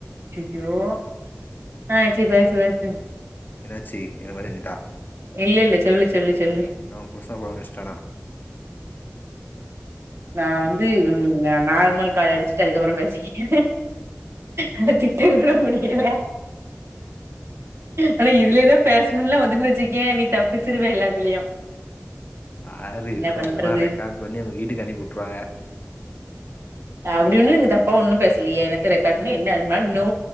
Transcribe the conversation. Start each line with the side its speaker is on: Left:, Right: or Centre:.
Right: சுய்யோ ஆ சேரி பேசு பேசு
Left: என்னாச்சி என்னமோ செஞ்சிட்டா
Right: இல்லெல்ல சொல்லு சொல்லு சொல்லு
Left: என்ன ஓ புருஷ ஃபோன் அடிச்சீடானா
Right: நான் வந்து ம் நார்மல் கால் அடிச்சுட்டு அதுகப்றோ பேசிக்கிற நல்லா திட்டு திருட முடியல ஆனா இதுலயே தா பேச இனிமேல்லா வந்துச்சு வச்சீகேய நீ தப்புச்சிருவ எல்லாதுலியு
Left: ஆரு இப்போ
Right: பண்றது
Left: இதெல்லா ரெக்கார்ட் பண்ணி வீட்டுக்கு அனுப்பி விட்டுருவாங்க
Right: அப்டி ஒன்னு இங்க தப்பா ஒன்னு பேசலியே என்னத்த ரெக்கார்ட் பண்ணி என்ன வேணுனாலு நோ